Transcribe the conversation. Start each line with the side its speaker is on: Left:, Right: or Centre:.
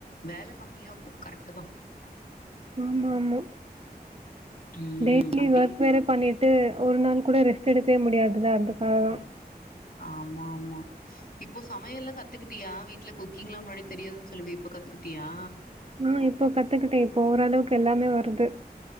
Left: வேலகம்மியாகு கரெக்ட்டு தா
Right: ஆமஆமா
Left: ம்
Right: டெய்லி
Left: அப்படியே
Right: ஒர்க் வேற பன்னீட் ட்டு ஒரு நாள் கூட ரெஸ்ட் எடுக்கவே முடியாதுல்ல அதுக்குகாதா
Left: ஆம்ம ஆம்மா இப்போ சமையல்லா கத்துக்கிட்டியா வீட்ல குக்கிங் எல்லாம் முன்னாடி தெரியாதுன் சொல்லுவியே இப்ப கத்துக்கிட்டியா
Right: ஆ இப்போ கத்துக்கிட்டே இப்போ ஓரளவுக்கு எல்லாமே வருது